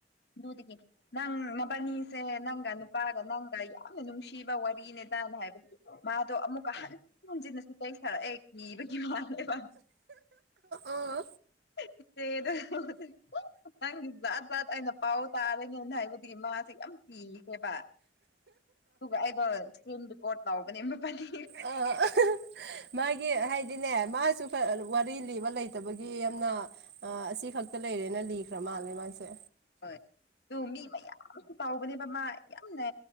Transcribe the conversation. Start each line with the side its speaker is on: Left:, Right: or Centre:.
Left: ꯑꯗꯨꯗꯒꯤ ꯅꯪ ꯃꯄꯅꯤ ꯁꯦ ꯅꯪꯒ ꯅꯨꯄꯥꯒ ꯅꯪꯒ ꯌꯥꯝꯅ ꯅꯨꯡꯁꯤꯕ ꯋꯥꯔꯤꯅꯦꯗꯅ ꯍꯥꯏꯕ ꯃꯥꯗꯣ ꯑꯃꯨꯛꯀ ꯍꯟꯖꯤꯟꯅꯁꯨ ꯂꯩ ꯁꯥꯔꯛꯑꯦ ꯀꯤꯕꯒꯤ ꯃꯥꯜꯂꯦꯕ
Right: ꯑꯥ
Left: <unintelligible> ꯅꯪꯗꯤ ꯖꯥꯠ ꯖꯥꯠ ꯑꯩꯅ ꯄꯥꯎ ꯇꯥꯔꯦꯅ ꯍꯥꯏꯕꯗꯤ ꯃꯥꯁꯦ ꯌꯥꯝ ꯀꯤꯈꯔꯕ ꯑꯗꯨꯒ ꯑꯩꯗꯣ ꯏꯁꯀ꯭ꯔꯤꯟ ꯔꯤꯀꯣꯠ ꯇꯧꯕꯅꯦ ꯃꫭꯏꯕꯥꯅꯤ
Right: ꯑꯥ ꯃꯥꯒꯤ ꯍꯥꯏꯗꯤꯅꯦ ꯃꯥꯁꯨ ꯀ ꯋꯥꯔꯤ ꯂꯤꯕ ꯂꯩꯇꯕꯒꯤ ꯌꯥꯝꯅ ꯑ ꯑꯁꯤ ꯈꯛꯇ ꯂꯩꯔꯦꯅ ꯂꯤꯈꯔꯥ ꯃꯥꯜꯂꯦ ꯃꯥꯥꯏꯁꯦ
Left: ꯍꯣꯏ ꯑꯗꯨ ꯃꯤ ꯃꯌꯥꯝ ꯀꯥꯎꯕꯅꯦꯕ ꯃꯥ ꯌꯥꯝꯅ